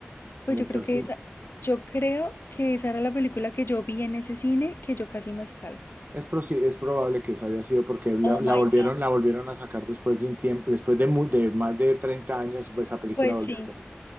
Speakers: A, on the left; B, on the right.
A: Pues
B: El
A: yo
B: Exorcista.
A: creo que esa, yo creo que esa era la película que yo vi en ese cine que yo casi me salgo.
B: Es, prosi- es probable que esa haya sido porque la,
A: Oh my
B: la volvieron,
A: God.
B: la volvieron a sacar después de un tiempo, después de, mu- de más de 30 años, pues, esa película
A: Pues
B: volvió
A: sí,
B: a salir.